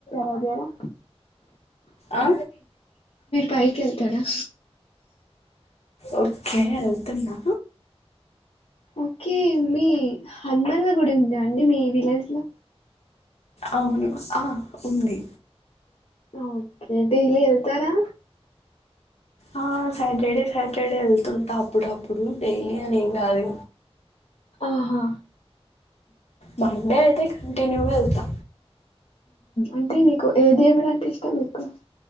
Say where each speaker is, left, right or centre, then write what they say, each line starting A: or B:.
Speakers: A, on the left; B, on the left.
A: వాగెరా
B: ఆ
A: పైకి వెళ్తారా
B: ఓకే వెళ్తున్నా
A: ఓకే మీ హనుమన్ల గుడి ఉందా అండి మీ విలేజ్ లో
B: అవును ఆ ఉంది
A: ఓకే డైలీ వెళ్తారా
B: ఆ సాటర్డే సాటర్డే వెళ్తుంటా అప్పుడప్పుడు డైలీ అని ఏం కాదు
A: ఆహా
B: మండే అయితే కంటన్యూ గా వెళ్తా
A: అంటే నీకు ఏ దేవుడు అంటే ఇష్టం మీకు